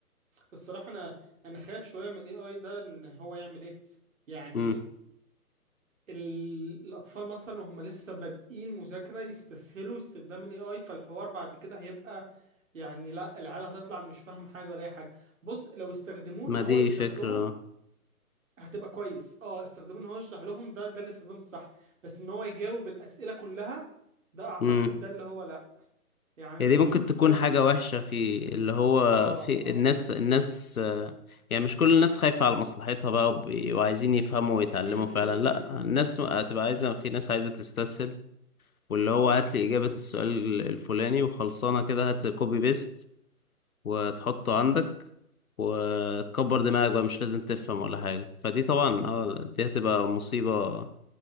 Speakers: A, on the right; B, on the left.
A: الصراحة انا انا خايف شوية من الاي اي ده ان هو يعمل ايه يعني
B: مم.
A: ال- الاطفال مثلا وهم لسه بادئين مذاكره يستسهلوا استخدام الاي اي فالحوار بعد كده هيبقى يعني لا العيال هتطلع مش فاهم حاجه ولا اي حاجه بص لو استخدموه
B: ما
A: ان هو
B: دي
A: يشرح
B: فكرة
A: لهم هتبقى كويس اه استخدموه ان هو يشرح لهم ده ده الاستخدام الصح بس ان هو يجاوب الاسئله كلها ده اعتقد
B: مم.
A: ده اللي هو لا يعني
B: هي
A: انا
B: دي
A: بشوف
B: ممكن تكون
A: ناس
B: حاجة
A: بت...
B: وحشة في اللي هو
A: اه
B: في
A: اه
B: الناس الناس آه، يعني مش كل الناس خايفة على مصلحتها بقى وب- وعايزين يفهموا ويتعلموا
A: امم
B: فعلا لا
A: أمم، أمم،
B: الناس هتبقى عايزة في ناس عايزة تستسهل واللي هو هات لي إجابة السؤال الفلاني وخلصانة كده هات كوبي بيست وتحطه عندك وتكبر دماغك بقى مش لازم تفهم ولا حاجة فدي طبعا
A: أمم،
B: اه دي هتبقى مصيبة